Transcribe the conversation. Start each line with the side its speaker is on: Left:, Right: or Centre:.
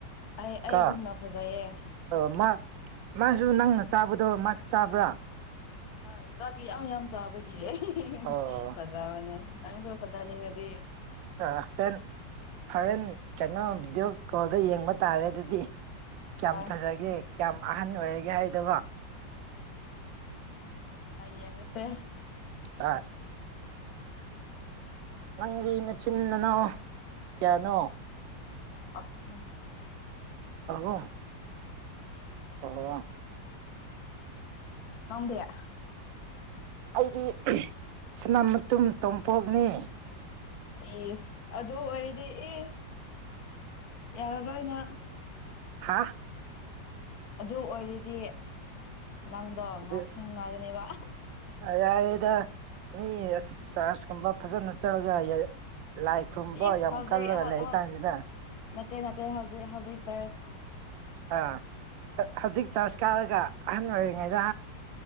Left: ꯑꯩ ꯑꯩꯒꯨꯝꯅ
Right: ꯀꯣ
Left: ꯐꯖꯩꯌꯦ
Right: ꯑꯣ ꯃꯥ ꯃꯥꯁꯨ ꯅꯪꯅ ꯆꯥꯕꯗꯕ ꯃꯥꯁꯨ ꯆꯥꯕ꯭ꯔꯥ
Left: ꯍ ꯆꯥꯕꯤ ꯌꯥꯝ ꯌꯥꯝ ꯆꯥꯕꯒꯤꯍ
Right: ꯑꯣ
Left: ꯐꯖꯥꯕꯅꯦ ꯅꯪꯁꯨ ꯐꯖꯥꯅꯤꯡꯉꯗꯤ
Right: ꯑ ꯍꯣꯔꯦꯟ ꯍꯣꯔꯦꯟ ꯀꯩꯅꯣ ꯕꯤꯗꯤꯑꯣ ꯀꯣꯗ ꯌꯦꯡꯕ ꯇꯥꯔꯦ ꯑꯗꯨꯗꯤ ꯀꯌꯥꯝ
Left: ꯍꯣꯏ
Right: ꯐꯖꯒꯦ ꯀꯌꯥꯝ ꯑꯍꯟ ꯑꯣꯏꯔꯒꯦ ꯍꯥꯏꯗꯀꯣ
Left: ꯍꯌꯦꯡꯒꯁꯦ
Right: ꯑ ꯅꯪꯒꯤ ꯅꯆꯤꯟꯅꯅꯣ ꯀꯌꯥꯅꯣ
Left: ꯑ <unintelligible>
Right: ꯑꯍꯨꯝ ꯇ <unintelligible>
Left: ꯅꯗꯌꯥ
Right: ꯑꯩꯗꯤ ꯁꯅ ꯃꯇꯨꯝ ꯇꯣꯝꯄꯣꯛꯅꯤ
Left: ꯑꯦꯁ ꯑꯗꯨ ꯑꯣꯏꯔꯗꯤ ꯑꯦꯐ ꯌꯥꯔꯕ ꯍꯥꯏꯅ
Right: ꯍꯥꯥ
Left: ꯑꯗꯨ ꯑꯣꯏꯔꯗꯤ ꯅꯪꯗꯣ
Right: ꯑꯗꯨ
Left: ꯉꯥꯎꯁꯦꯡꯅꯒꯅꯦꯕ
Right: ꯌꯥꯔꯦꯗ ꯃꯤ ꯑꯁ ꯆꯥꯔꯖ ꯀꯨꯝꯕ ꯐꯖꯅ ꯆꯠꯂꯒ ꯂꯥꯏ ꯈꯨꯔꯨꯝꯕ
Left: ꯏꯁ
Right: ꯌꯥꯝ
Left: ꯍꯧꯖꯤꯛ
Right: ꯀꯜꯂꯒ
Left: ꯍꯧ
Right: ꯂꯩ
Left: ꯍꯧ
Right: ꯀꯥꯟꯁꯤꯗ
Left: ꯅꯠꯇꯦ ꯅꯠꯇꯦ ꯍꯧꯖꯤꯛ ꯍꯧꯖꯤꯛ ꯆꯔꯁ
Right: ꯑꯥ ꯍꯧꯖꯤꯛ ꯆꯥꯔꯖ ꯀꯥꯔꯒ ꯑꯍꯟ ꯑꯣꯏꯔꯤꯉꯩꯗ